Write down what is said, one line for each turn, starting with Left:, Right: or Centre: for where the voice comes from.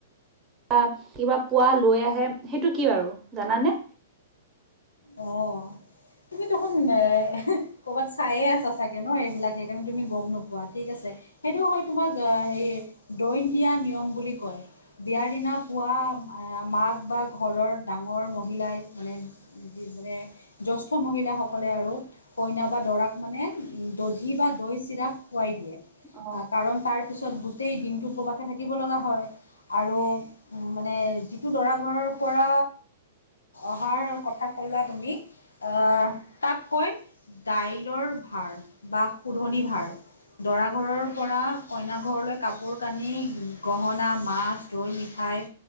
Right: বা কিবা পোৱা লৈ আহে, সেইটো কি বাৰু জানানে।
Left: অ', তুমি দেখোন এ কৰ'বাত চায়ে আছা চাগে ন এইবিলাক, সেইকাৰণে, তুমি গম নোপোৱা, ঠিক আছে। সেইটো হয়, তোমাক হেৰি দৈন দিয়া নিয়ম বুলি কয়। বিয়াৰ দিনা পোৱা, মাক বা ঘৰৰ ডাঙৰ মহিলাই মানে মানে জ্যেষ্ঠ মহিলাসকলে আৰু কইনা বা দৰাক মানে, দধি বা দৈ, চিৰা খুৱাই দিয়ে।
Right: অ
Left: কাৰণ, তাৰপিছত গোটেই দিনটো উপবাসে থাকিব লগা হয়। আৰু মানে, যিটো দৰা ঘৰৰ পৰা অহাৰ কথা কথা ক'লা তুমি, তাক কয় দাইলৰ ভাৰ বা শোধনী ভাৰ। দৰা ঘৰৰ পৰা কইনা ঘৰলৈ, কাপোৰ-কানি, গহনা, মাছ দৈ, মিঠাই